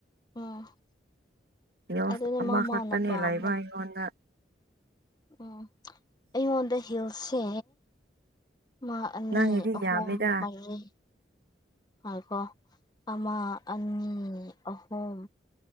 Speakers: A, on the left (about 25°); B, on the right (about 60°).
A: ꯎꯝ
B: ꯌꯣꯁ
A: ꯑꯗꯨꯅꯦ
B: ꯑꯃ
A: ꯃꯥ
B: ꯈꯛꯇꯅꯦ
A: ꯃꯥꯅ ꯄꯥꯝꯕ
B: ꯂꯩꯕ ꯑꯩꯉꯣꯟꯗ
A: ꯎꯝ ꯑꯩꯉꯣꯟꯗ ꯍꯤꯜꯁꯦ ꯃꯥ ꯑꯅꯤ
B: ꯅꯪꯒꯤꯗꯤ
A: ꯑꯍꯨꯝ
B: ꯌꯥꯝꯃꯤꯗ
A: ꯃꯔꯤ ꯉꯥꯏꯈꫭ ꯑꯃ ꯑꯅꯤ ꯑꯍꯨꯝ